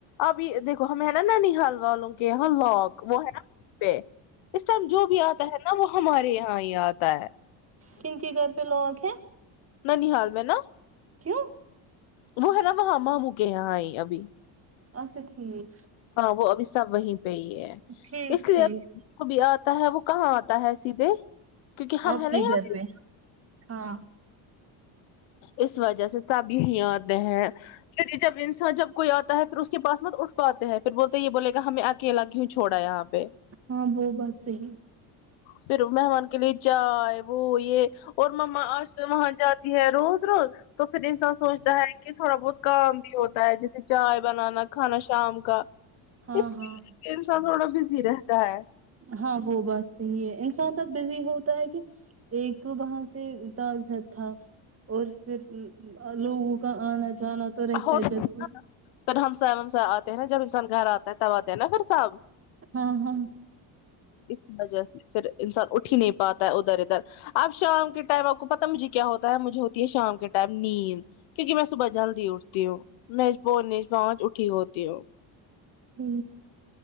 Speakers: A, on the left; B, on the right.
A: اب بھی دیکو ہمیں ہے نا نانی حلوا والوں کہ ہاں لواک وہ ہے نا پے <unintelligible> اس ٹائم جو بھی آتا ہے نا وہ ہمارے یہاں ہی آتے کا <unintelligible>
B: کن کے گھر پہ لوگ ہیں
A: نہ ن حال میں نا
B: کیوں
A: وہ ہے نا وہاں م م کے یہاں ہی ابھی
B: اچھا ٹھیک
A: ہاں وہ ابھی سب وہی پی ہے
B: ٹھیک
A: اس لیے
B: ٹھیک
A: ا بھی آ تا ہے وہ کہاں آتا ہے سیدھے کیونکہ ہم
B: اوکے
A: ہے نا یہاں
B: گھر پہ ہاں
A: اس وجہ سے سب یہی آتے ہیں پھر جب انسان جب کوئی آتا ہے پھر اس کے پاس مت اٹھ پاتے ہیں پھر بولتے یہ بولے گا ہمیں اکیلا کیوں چھوڑا ہے یہاں پہ
B: ہاں وہ بات صحی
A: پھر مہمان کے لیے جائے وہ یہ اور ما آج سے وہاں جات ہے روز روز تو پھر انسان سوچتا ہے کہ تھوڑا بہت کام بھی ہوتا ہے جیسے چائے بنانا کھانا شام کا
B: ہاں
A: اس
B: ہاں
A: انسان تھوڑا بزی رہتا ہے
B: ہاں وہ بات صحیح ہے انسان اب بزی ہوتا ہے کہ ایک تو وہاں سے تزت تھا اور پھر لوگوں کا آنا جانا تو رہتا
A: اور
B: ہے جب
A: پھر آتے ہیں نا جب انسان گ آتا ہے تب آتے ہیں نا پھر صحب
B: ہاں ہاں
A: اس وجہ سے پھر انسان اٹھی ہی نہیں پاتا ہے ادھر ادھر اب شام کے ٹائم آپ کو پتا مجھے کیا ہوتا ہے مجھے ہوتی ہے شام کے ٹائم نیند کیون کہ میں صبح جلدی اٹھتی ہوں میںب پانچ اٹھی ہوتی ہوں
B: ٹھ